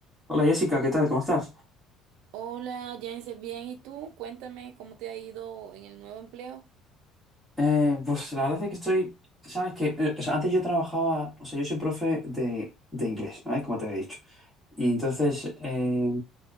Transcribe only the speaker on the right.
Hola, Jensen, bien, ¿y tú? Cuéntame cómo te ha ido en el nuevo empleo.